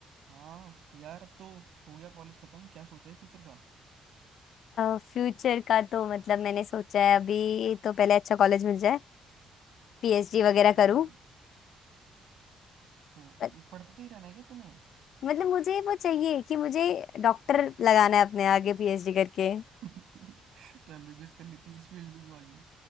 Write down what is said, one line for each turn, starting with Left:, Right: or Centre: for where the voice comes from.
Right: हाँ यार अब तो हो गया कॉलेज खत्म क्या सोचा है फ्यूचर का
Left: फ्यूचर का तो मतलब मैंने सोचा है अभी तो पहले अच्छा कॉलेज मिल जाए पीएचडी वगैरह
Right: हम्म,
Left: करूं
Right: तो
Left: पर-
Right: ये पढ़ते ही रहना है क्या तूने
Left: मतलब मुझे वो चाहिए कि मुझे डॉक्टर लगाना है अपने आगे पीएचडी करके
Right: <laughs> तो एमबीबीएस कर लेती इस फील्ड में क्यों आ गई